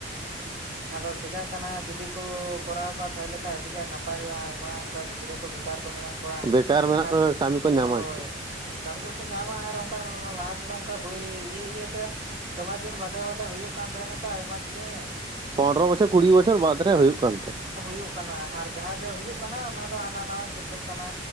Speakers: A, on the right; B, on the right.
A: ᱟᱫᱚ ᱪᱤᱠᱟᱹᱜ ᱠᱟᱱᱟ ᱡᱩᱫᱤ ᱠᱚ ᱠᱚᱨᱟᱣ ᱛᱟᱦᱮᱸ ᱞᱮᱠᱟᱱᱡ ᱟᱹᱰᱤᱜᱟᱱ ᱱᱟᱯᱟᱭᱚᱜᱼᱟ ᱟᱭᱢᱟ ᱚᱱᱠᱟ ᱜᱤᱫᱽᱨᱟᱹ ᱠᱚ ᱵᱮᱠᱟᱨ ᱢᱮᱱᱟᱜ ᱠᱚᱣᱟ
B: ᱵᱮᱠᱟᱨ ᱢᱮᱱᱟᱜ
A: ᱟᱨ
B: ᱠᱚᱣᱟ ᱠᱟᱹᱢᱤ ᱠᱚ ᱧᱟᱢᱟ
A: ᱦᱳᱭ
B: ᱪᱮᱫ
A: ᱠᱟᱹᱢᱤ ᱠᱚ ᱠᱚ ᱧᱟᱢᱟ ᱟᱨ ᱚᱱᱠᱟ ᱞᱟᱦᱟ ᱛᱮᱫᱚ ᱚᱱᱠᱟ ᱵᱟᱹᱭ ᱤᱭᱟᱹ ᱤᱭᱟᱹᱛᱮ ᱫᱚᱢᱮ ᱫᱤᱱ ᱵᱟᱫᱮ ᱵᱟᱫᱮ ᱦᱩᱭᱩᱜ ᱠᱟᱱ ᱛᱟᱦᱮᱱᱟ ᱛᱚ ᱟᱭᱢᱟ ᱫᱤᱱ
B: ᱯᱚᱱᱨᱚ-ᱵᱚᱪᱷᱚᱨ ᱠᱩᱲᱤ ᱵᱚᱪᱷᱚᱨ ᱵᱟᱫᱽ ᱨᱮ ᱦᱩᱭᱩᱜ ᱠᱟᱱ ᱛᱟᱦᱮᱸᱫ
A: ᱦᱩᱭᱩᱜ ᱠᱟᱱᱟ ᱟᱨ ᱡᱟᱦᱟᱸ ᱡᱮ ᱦᱩᱭᱩᱜ ᱠᱟᱱᱟ ᱚᱱᱟ ᱫᱚ ᱦᱟᱱᱟ ᱱᱟᱣᱟ ᱠᱮᱥᱚᱜ ᱠᱟᱱᱟ᱾